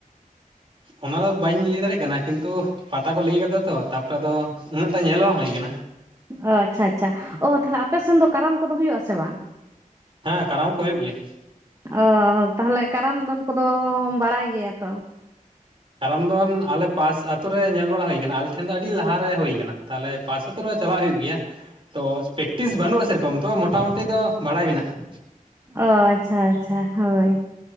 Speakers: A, on the right (about 40°); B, on the right (about 20°).
A: ᱚᱱᱟᱫᱚ ᱵᱟᱹᱧ ᱞᱟᱹᱭ ᱫᱟᱲᱮᱭᱟᱜ ᱠᱟᱱᱟ ᱠᱤᱱᱛᱩ ᱯᱟᱛᱟ ᱠᱚ ᱞᱟᱹᱭ ᱠᱟᱫᱟ ᱛᱚ ᱛᱟᱯᱚᱨᱮ ᱟᱫᱚ ᱩᱱᱟᱹᱜ ᱴᱟ ᱧᱮᱞ ᱵᱟᱝ ᱦᱩᱭᱠ ᱠᱟᱱᱟ ᱾
B: ᱚ ᱟᱪᱪᱷᱟ ᱟᱪᱪᱷᱟ ᱚ ᱛᱟᱦᱞᱮ ᱟᱯᱮ ᱥᱮᱱ ᱫᱚ ᱠᱟᱨᱟᱢ ᱠᱚᱫᱚ ᱦᱩᱭᱩᱜ ᱟᱥᱮ ᱵᱟᱝ?
A: ᱦᱮᱸ ᱠᱟᱨᱟᱢ ᱠᱚ ᱦᱩᱭᱩᱜ ᱜᱮᱭᱟ ᱾
B: ᱚ ᱛᱟᱦᱚᱞᱮ ᱠᱟᱨᱟᱢ ᱫᱚᱱ ᱠᱚᱫᱚ ᱵᱟᱲᱟᱭ ᱜᱮᱭᱟ ᱛᱚ
A: ᱠᱟᱨᱚᱱ ᱫᱚ ᱟᱞᱮ ᱯᱟᱥ ᱟᱹᱛᱳ ᱨᱮ ᱧᱮᱞ ᱵᱟᱲᱟ ᱦᱩᱭ ᱟᱠᱟᱱᱟ ᱟᱞᱮ ᱴᱷᱮᱱ ᱫᱚ ᱟᱹᱰᱤ ᱞᱟᱦᱟᱮ ᱦᱩᱭ ᱟᱠᱟᱱᱟ ᱛᱟᱦᱚᱞᱮ ᱯᱟᱥᱥᱚᱛᱚᱨᱚ ᱪᱟᱞᱟᱜ ᱦᱩᱭᱩᱜ ᱜᱮᱭᱟ ᱛᱚ ᱯᱮᱠᱴᱤᱥ ᱵᱟᱹᱱᱩᱜᱼᱟ ᱥᱮᱨᱚᱠᱚᱢ ᱛᱚ ᱢᱚᱴᱟᱢᱩᱴᱤ ᱫᱚ ᱵᱟᱲᱟᱭ ᱢᱮᱱᱟᱜᱼᱟ᱾
B: ᱚ ᱟᱪᱪᱷᱟ - ᱟᱪᱪᱷᱟ ᱦᱳᱭ